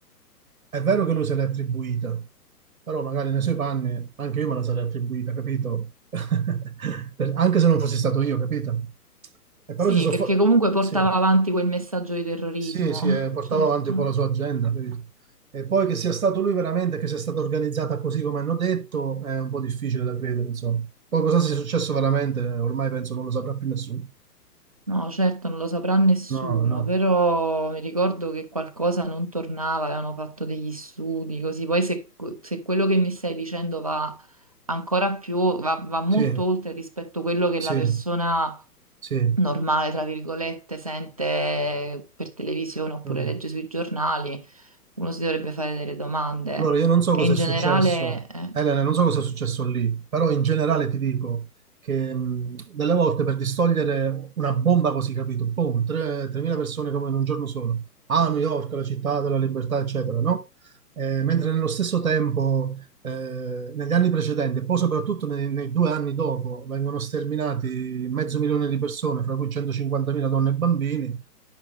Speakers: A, on the right; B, on the right.
A: è vero che lui se l'è attribuita, però magari nei suoi panni anche io me la sarei attribuita, capito? <laughs> Per- Anche se non fossi stato io, capito? E però
B: sì,
A: si sono...
B: perché comunque portava
A: Sì.
B: avanti quel messaggio di terrorismo,
A: Sì, sì, eh, portava
B: <laughs> certo.
A: avanti un po' la sua agenda. capito? E poi che sia stato lui veramente, che sia stata organizzata così come hanno detto, è un po' difficile da credere, insomma. Poi cosa sia successo veramente, eh, ormai penso non lo saprà più nessuno.
B: No, certo, non lo saprà nessuno,
A: No, no,
B: però mi ricordo che qualcosa non tornava, avevano fatto degli studi così. Poi se, se quello che mi stai dicendo va ancora più, va, va molto
A: sì,
B: oltre rispetto a quello che
A: sì,
B: la persona
A: sì.
B: normale, tra virgolette, sente per televisione oppure
A: Mm.
B: legge sui giornali, uno si dovrebbe fare delle domande.
A: Allora, io non so
B: E
A: cosa
B: in
A: è
B: generale,
A: successo,
B: eh,
A: Elena, non so cosa è successo lì, però in generale ti dico che mh, delle volte per distogliere una bomba così, capito? Boom, tre- 3.000 persone come in un giorno solo, a New York, la città della libertà, eccetera, no? Eh, mentre nello stesso tempo, eh, negli anni precedenti, e poi soprattutto nei, nei due anni dopo, vengono sterminati mezzo milione di persone, fra cui 150.000 donne e bambini,